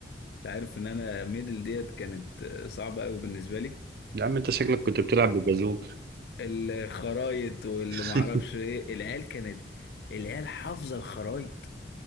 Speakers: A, on the left; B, on the right.
A: انت عارف ان انا ميدل ديت كانت آه، صعبة قوي بالنسبة لي
B: يا عم انت شكلك كنت بتلعب ببازوك
A: الخرايط واللي
B: <laughs>
A: معرفش ايه العيال كانت العيال حافظة الخرايط